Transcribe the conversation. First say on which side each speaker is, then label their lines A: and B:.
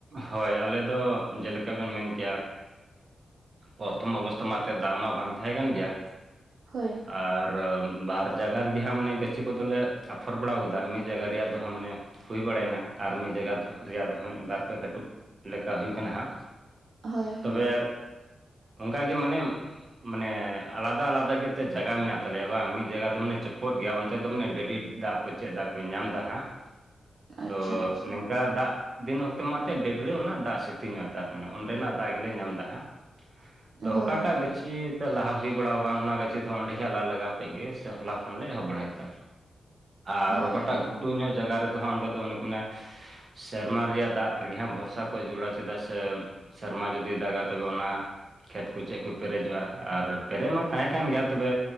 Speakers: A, on the right; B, on the right.
A: ᱦᱳᱭ, ᱟᱞᱮ ᱫᱚ, ᱡᱮᱞᱮᱠᱟ ᱵᱮᱱ ᱢᱮᱱ ᱠᱮᱭᱟ ᱯᱚᱨᱛᱷᱚᱢ ᱚᱵᱚᱥᱛᱟᱷᱟ ᱢᱟ, ᱮᱛᱮᱫ ᱫᱟᱜ ᱢᱟ, ᱵᱟᱝ ᱛᱟᱦᱮᱸ ᱠᱟᱱ ᱜᱮᱭᱟ ᱾
B: ᱦᱳᱭ ᱾
A: ᱟᱨ, ᱵᱟᱨ ᱡᱟᱭᱜᱟ ᱨᱮᱜᱮ ᱦᱟᱸᱜ, ᱢᱟᱱᱮ ᱜᱟᱹᱪᱷᱤ ᱠᱚᱫᱚᱞᱮ ᱟᱯᱷᱚᱨ ᱵᱟᱲᱟᱣ ᱟᱠᱟᱫᱟ ᱾ ᱢᱤᱫ ᱡᱟᱜᱜᱟ ᱨᱮᱭᱟᱜ ᱫᱚ ᱦᱟᱸᱜ, ᱢᱟᱱᱮ ᱦᱩᱭ ᱵᱟᱲᱟ ᱭᱮᱱᱟ, ᱟᱨ ᱢᱤᱫ ᱡᱟᱭᱜᱟ ᱨᱮᱭᱟᱜ ᱫᱚ, ᱦᱟᱱᱮ ᱵᱟᱨ ᱯᱮ, ᱠᱟᱹᱴᱩᱵ ᱞᱮᱠᱟ ᱦᱩᱭ ᱟᱠᱟᱱᱟ ᱦᱟᱸᱜ,
B: ᱦᱳᱭ
A: ᱛᱚᱵᱮ
B: ᱦᱳᱭ
A: ᱚᱱᱠᱟ ᱜᱮ, ᱢᱟᱱᱮ ᱢᱟᱱᱮ, ᱟᱞᱟᱫᱟ ᱟᱞᱟᱫᱟ ᱜᱮ, ᱮᱛᱮᱫ ᱡᱟᱭᱜᱟ ᱢᱮᱱᱟᱜ ᱛᱟᱞᱮᱭᱟ ᱵᱟᱝ, ᱢᱤᱫ ᱡᱟᱭᱜᱟ ᱫᱚ ᱢᱟᱱᱮ, ᱪᱚᱯᱚᱫ ᱜᱮᱭᱟ, ᱚᱱᱛᱮ ᱫᱚ ᱢᱟᱱᱮ, ᱰᱟᱹᱰᱤ ᱫᱟᱜ ᱠᱚ, ᱪᱮᱫ ᱫᱟᱜ ᱠᱚ, ᱧᱟᱢ ᱮᱫᱟ ᱦᱟᱸᱜ,
B: ᱟᱪᱪᱷᱟ
A: ᱛᱚ,
B: ᱟᱪᱪᱷᱟ
A: ᱱᱚᱤᱝᱠᱟ ᱫᱟᱜ ᱫᱤᱱ, ᱚᱠᱛᱚ ᱛᱮ ᱢᱟᱛᱮ ᱰᱟᱹᱵᱨᱟᱹᱣ ᱚᱱᱟ, ᱫᱟᱜ ᱥᱤᱛᱤᱧᱚᱜᱼᱟ, ᱛᱟᱨᱢᱟᱱᱮ, ᱚᱸᱰᱮᱱᱟᱜ ᱫᱟᱜ ᱜᱮᱞᱮ, ᱧᱟᱢ ᱮᱫᱟ ᱦᱟᱸᱜ ᱾ ᱛᱚ,
B: ᱦᱳᱭ
A: ᱚᱠᱟᱴᱟᱜ ᱜᱟᱹᱪᱷᱤ ᱞᱟᱦᱟ ᱦᱩᱭ ᱵᱟᱲᱟ ᱟᱠᱟᱱ, ᱚᱱᱟ ᱜᱟᱹᱪᱷᱤ ᱫᱚ ᱚᱸᱰᱮ ᱜᱮ ᱦᱟᱸᱜ, ᱞᱟᱞᱟᱜᱟᱣ ᱠᱮᱫ ᱜᱮ ᱥᱮ, ᱦᱚᱞᱟ ᱠᱷᱚᱱ ᱞᱮ ᱮᱦᱚᱵ ᱵᱟᱲᱟ ᱠᱮᱫᱟ ᱾ ᱟᱨ,
B: ᱦᱳᱭ
A: ᱚᱠᱟᱴᱟᱜ ᱜᱷᱩᱴᱩ ᱧᱚᱜ ᱡᱟᱭᱜᱟ ᱨᱮᱫᱚ ᱦᱟᱸᱜ, ᱚᱸᱰᱮ ᱫᱚ, ᱚᱱᱮ ᱠᱚ ᱢᱮᱱᱟ ᱥᱮᱨᱢᱟ ᱨᱮᱭᱟᱜ ᱫᱟᱜ ᱨᱮᱜᱮ ᱦᱟᱸᱜ, ᱵᱷᱚᱨᱥᱟ ᱠᱚ ᱡᱩᱨᱩᱲᱟ, ᱪᱮᱫᱟᱜ ᱥᱮ ᱥᱮᱨᱢᱟ ᱡᱩᱫᱤᱭ ᱫᱟᱜᱟ, ᱛᱚᱵᱮ ᱚᱱᱟ ᱠᱷᱮᱛ ᱠᱚ ᱪᱮᱫ ᱠᱚ ᱯᱮᱨᱮᱡᱚᱜᱼᱟ, ᱟᱨ ᱯᱮᱨᱮᱡ ᱢᱟ ᱛᱟᱦᱮᱸ ᱠᱟᱱ ᱜᱮᱭᱟ, ᱛᱚᱵᱮ